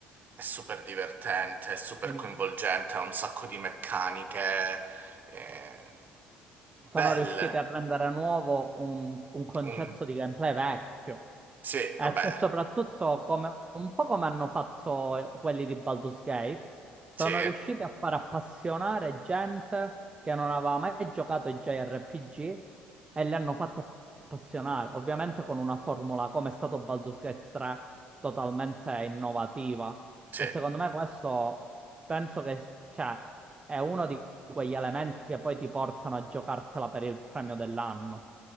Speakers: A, on the right; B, on the right.
A: è super divertente, è super
B: è
A: coinvolgente, ha un sacco di meccaniche eh, belle.
B: sono riusciti a rendere nuovo un, un concetto
A: Un-
B: di gameplay vecchio.
A: Sì,
B: E
A: vabbè,
B: se- soprattutto come- un po' come hanno fatto quelli di Baldur's Gate, sono
A: sì,
B: riusciti a far appassionare gente che non aveva mai giocato ai JRPG e li hanno fatti appassionare, ovviamente con una formula come è stato Baldur's Gate 3, totalmente innovativa.
A: sì.
B: E secondo me questo penso che, cioè, è uno di quegli elementi che poi ti portano a giocartela per il premio dell'anno.